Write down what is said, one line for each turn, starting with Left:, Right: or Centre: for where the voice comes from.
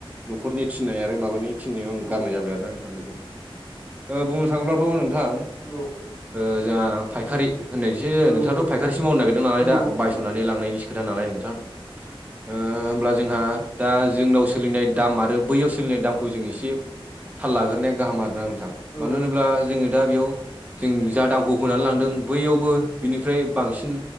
Right: न'खरनि थिननाय आरो माबानि थिननायाव आं
Centre: औ
Right: गारनाय जाबाय आरो ना नोंथां बेखौ ओ बुंनो थाङोब्लाथ' नोंथां
Centre: औ
Right: ओ जोंहा फायखारि होननायसो
Centre: औ
Right: नोंथाङाथ'
Centre: औ
Right: फायखारिसो मावनो नागिरदों नालाय
Centre: औ
Right: दा
Centre: नंगौ
Right: बायस'नानै
Centre: नोंथां
Right: लांनायनि खोथा नालाय नोंथां। ओ होमब्ला जोंहा दा जोंनाव सोलिनाय दाम आरो बैयाव सोलिनाय दामखौ जों एसे थाल लाग्रोनाया गाहाम आरोना नोंथां
Centre: औ
Right: मानो होनोब्ला जोङो दा बेयाव जों जा दामखौ होनानै लांदों बैयावबो बिनिफ्राय बांसिन